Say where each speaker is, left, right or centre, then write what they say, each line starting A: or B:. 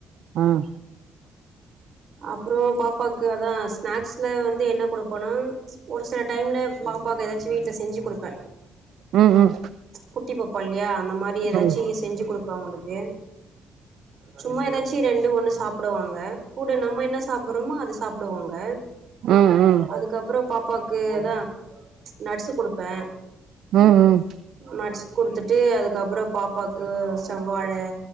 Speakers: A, on the right; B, on the right.
A: ம்
B: அப்பறோ பாப்பாக்கு அதா ஸ்நாக்ஸ்ல வந்து என்ன குடுப்போனா ஒரு சில டைம்ல பாப்பாக்கு ஏதாச்சு வீட்ல செஞ்சு குடுப்பே
A: ம் ம்
B: குட்டிப்பாப்பாயில்லையா அந்த மாரி ஏதாச்சி
A: ம்
B: ஸ் செஞ்சு குடுப்ப அவுங்களுக்கு சும்மா ஏதாச்சி ரெண்டு ஒண்ணு சாப்டுவாங்க கூட நம்ம என்ன சாப்றோமோ அத சாப்டுவாங்க
A: ம் ம்
B: அதுக்கப்பறோ பாப்பாக்கு எதா நட்ஸ் குடுப்பே
A: ம் ம்
B: நட்ஸ் குடுத்துட்டு அதுக்கப்பறோ பாப்பாக்கு செவ்வாழ